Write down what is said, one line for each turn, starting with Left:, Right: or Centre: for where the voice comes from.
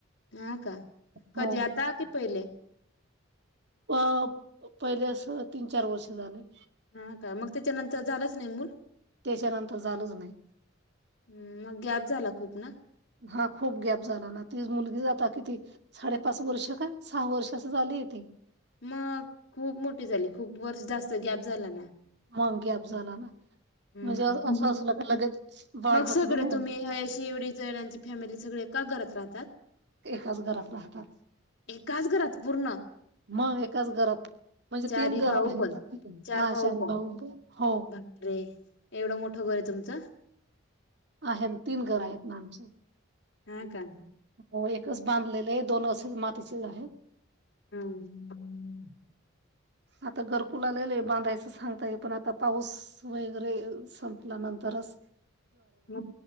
Left: नाका कधीयाता
Right: हो
Left: की पहिले
Right: अ पहिले अस तीन चार वर्ष झाले
Left: ह काय मग त्याच्यानंतर झालंच नाही मूल
Right: त्याच्यानंतर झालंच नाही
Left: ह् मग गॅप झाला खूप ना
Right: हा खूप गॅप झाला ना ती मुलगी जाता किती साडेपाच वर्ष का सहा वर्ष अस झाली ती
Left: मग खूप मोठी झाली खूप वर्ष जास्त गॅप झाला ना
Right: मांगे अफजाला ना
Left: हम्म
Right: म्हणजे असं असलं का लगेच बाळ
Left: मग
Right: होत
Left: सगळे
Right: ना
Left: तुम्ही अशी एवढी जणांची फॅमिली सगळे का घरात राह
Right: एकाच घरात राहतात
Left: ए काच करात पूर्ण
Right: मग एकाच घरात म्हणजे
Left: चार
Right: तीन घर
Left: भाऊ
Right: आहेत
Left: पण चार
Right: हा
Left: भाऊ
Right: शान
Left: पण
Right: हो
Left: अरे एवढं मोठं बर आहे तुमचं
Right: आहेतम तीन घर आहेत नामच्या
Left: हा का
Right: हो एकच बांधलेले आहे दोन असे मातीचे आहे
Left: हम
Right: आता गरकुलालेले बांधायचं सांगताय पण आता पाऊस वगैरे संपलानंतरच
Left: म